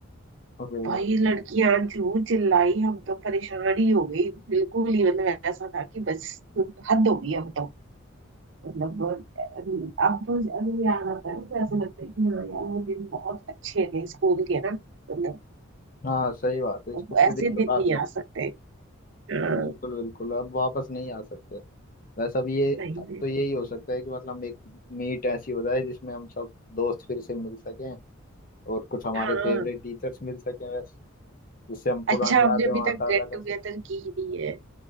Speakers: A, on the left; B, on the right.
A: अरे
B: भाई लड़कियां जू चिल्लाई हम तो परेशान ही हो गई बिल्कुल ही मतलब ऐसा था कि बस हद हो गई अब तो मतलब अब अगर याद आता है तो ऐसा लगता है कि हाँ यार वो दिन बहुत अच्छे थे स्कूल के ना मतलब
A: हाँ सही बात है स्कूल
B: वो ऐसे
A: के दिन तो
B: दिन
A: काफी
B: नहीं
A: अच्छे
B: आ सकते हाँ,
A: बिल्कुल बिल्कुल अब वापस नहीं आ सकते वैसे अब ये
B: नहीं
A: अब
B: में
A: तो यही हो सकता है कि मतलब एक मीट ऐसी हो जाए जिसमें हम सब दोस्त फिर से मिल सकें और कुछ हमारे
B: हाँ
A: फेवरेट टीचर्स मिल सकें वैसे जिससे हम पुरानी
B: अच्छा हमने
A: यादें
B: अभी
A: वहाँ
B: तक
A: ताज़ा
B: गेट
A: कर
B: टुगेदर
A: सकें
B: की ही नहीं है